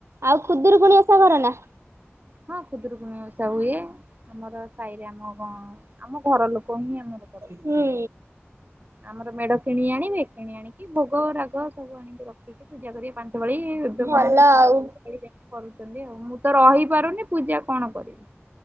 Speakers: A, on the right (about 75°); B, on the right (about 40°).
A: ଆଉ ଖୁଦୁରୁକୁଣୀ ଓଷା କରନା।
B: ହଁ ଖୁଦରୁକୁଣୀ ଉଷା ହୁଏ ଆମର ସାହିରେ ଆମ ଗଣ ଆମ ଘର ଲୋକ ହିଁ ଆମର କର
A: ହୁଁ
B: ଆମର ମେଢ କିଣି ଆଣିବେ କିଣି ଆଣିକି ଭୋଗ ରାଗ ସବୁ ଆଣିକି ରଖିକି ପୂଜା କରିକି ପାଞ୍ଚ ପାଳି ଏବେ
A: ଭଲ
B: କଣ
A: ଆଉ
B: କର ଆଉ ମୁଁ ତ ରହିବି। ପାରୁନି ପୂଜା କଣ କରିବି?